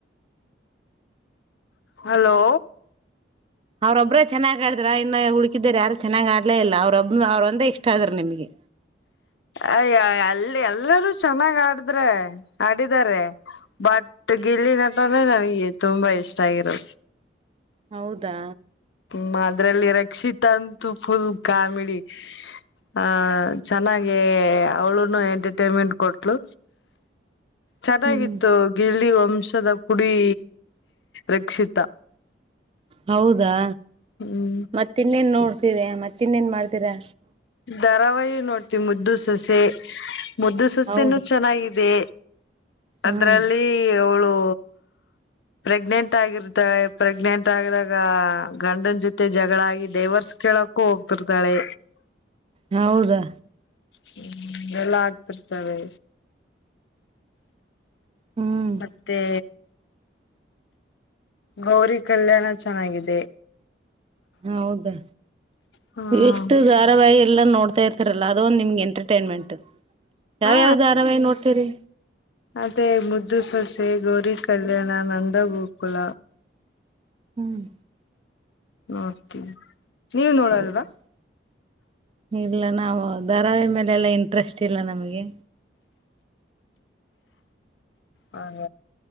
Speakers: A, on the left (about 75°); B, on the right (about 30°).
A: ಹಲೋ
B: ಅವ್ರೊಬ್ ಚೆನ್ನಾಗ್ ಆದ್ರ ಇನ್ನು ಹುಡುಕಿದಾರ ಯಾರು ಚೆನ್ನಾಗ್ ಆಡ್ಲೇ ಇಲ್ಲ ಅವ್ರೊಬ್ ಅವ್ರಂದೇ ಇಷ್ಟ ಆದ್ರರು ನಿಮ್ಗೆ
A: ಅಯ ಅಲ್ಲಿ ಎಲ್ಲರೂ ಚೆನ್ನಾಗ್ ಆಡಿದ್ರ ಆಡಿದಿದ್ದಾರೆ ಬಟ್ ಗಿಲ್ಲಿ ನಟ್ರೆ ನನಗೆ ತುಂಬಾ ಇಷ್ಟ ಆಗಿರದು
B: ಹೌದಾ
A: ಹ್ಮ ಅದ್ರಲ್ಲಿ ರಕ್ಷಿತ ಅಂತು ಫುಲ್ ಕಾಮಿಡಿ ಹ ಚೆನ್ನಾಗೆ ಅವಳುನು ಎಂಟರ್ಟೈನ್ಮೆಂಟ್ ಕೊಟ್ಲು ಚೆನ್ನಾಗಿತ್ತು
B: ಹ್ಮ್
A: ಗಿಳಿ ವಂಶದ ಕುಡಿ ರಕ್ಷಿತ
B: ಹೌದಾ
A: ಹ್ಮ್
B: ಮತ್ತ ಇನ್ನೇನ್ ನೋಡ್ತಿದೆ ಮತ್ತೆ ತಿನ್ನೇನ್ ಮಾಡ್ತೀರಾ
A: ಧಾರಾವಹು ನೋಡ್ತಿವಿ ಮುದ್ದು ಸಸೆ ಮುದ್ದು ಸೊಸೆನೂ
B: ಹೌದು
A: ಚೆನ್ನಾಗಿದೆ
B: ಹ್ಮ್
A: ಅದ್ರಲ್ಲಿ ಅವಳು ಪ್ರೆಗ್ನೆಂಟ್ ಆಗಿರ್ತವೆ ಪ್ರೆಗ್ನೆಂಟ್ ಆಗಿದಾಗ ಗಂಡನ್ ಜೊತೆ ಜಗಳ ಆಗಿ ಡೈವರ್ಸ್ ಕೇಳಕ್ಕು ಹೋಗ್ತಿರ್ತಾಳೆ
B: ಹೌದಾ
A: ಹ್ಮ್ ಎಲ್ಲ ಆಗ್ತಿರ್ತವೆ
B: ಹ್ಮ್
A: ಮತ್ತುತ್ತೆ ಗೌರಿ ಕಲ್ಯಾಣ ಚೆನ್ನಾಗಿದೆ
B: ಹೌದಾ
A: ಹ್ಮ
B: ನೀಷ್ಟು ಧಾರಾವಾಹಿ ಎಲ್ಲ ನೋಡ್ತಾ ಇರ್ತಿರಲ್ಲ ಅದೊಂದು ನಿಮ್ಗೆ ಎಂಟರ್ಟೈನ್ಮೆಂಟ್ ಯಾವ್ಯಾವ್ದ
A: ಹಾ
B: ಆರಾಮಾಗಿ ನೋಡ್ತೀರಿ
A: ಅದೇ ಮುದ್ದು ಸೊಸೆ ಗೌರಿ ಕಲ್ಯಾಣ ನಂದಗೋಕುಲ
B: ಹ್ಮ್
A: ನಡ್ತೀ ನೀವ ನೋಡಲ್ವಾ
B: ಹೌದಾ ಇಲ್ಲ ನಾವು ಧಾರಾವಿ ಮೇಲೆ ಎಲ್ಲಾ ಇಂಟ್ರೆಸ್ಟ್ ಇಲ್ಲ ನಮಗೆ
A: ಹಾಗ